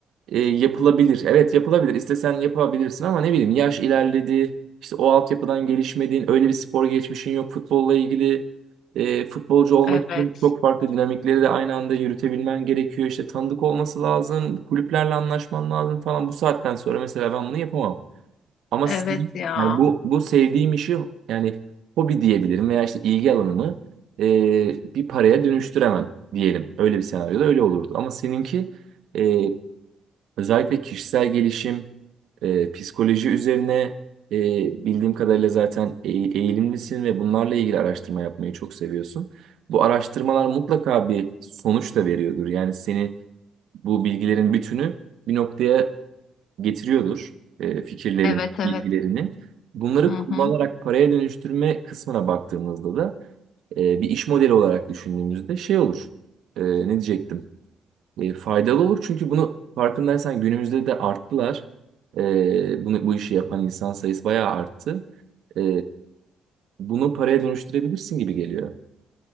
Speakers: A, on the right; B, on the left.
A: e, yapılabilir. Evet yapılabilir. İstesen yapabilirsin ama ne bileyim yaş ilerledi. İşte o altyapıdan gelişmediğin, öyle bir spor geçmişin yok futbolla ilgili. E, futbolcu olmak
B: Evet.
A: için çok farklı dinamikleri de aynı anda yürütebilmen gerekiyor. İşte tanıdık olması lazım, kulüplerle anlaşman lazım falan. Bu saatten sonra mesela ben bunu yapamam. Ama
B: Evet
A: senin-
B: ya.
A: yani bu bu sevdiğim işi yani hobi diyebilirim veya işte ilgi alanımı e, bir paraya dönüştüremem diyelim. Öyle bir senaryoda öyle olurdu. Ama seninki e, özellikle kişisel gelişim e, psikoloji üzerine e, bildiğim kadarıyla zaten e- eğilimlisin ve bunlarla ilgili araştırma yapmayı çok seviyorsun. Bu araştırmalar mutlaka bir sonuç da veriyordur. Yani seni bu bilgilerin bütünü bir noktaya getiriyordur. E, fikirlerin,
B: Evet, evet.
A: bilgilerini. Bunları
B: Hı
A: kullanarak
B: hı.
A: paraya dönüştürme kısmına baktığımızda da e, bir iş modeli olarak düşündüğümüzde şey olur. E, ne diyecektim? E, faydalı olur çünkü bunu farkındaysan günümüzde de arttılar. E, bunu bu işi yapan insan sayısı bayağı arttı. E, bunu paraya dönüştürebilirsin gibi geliyor.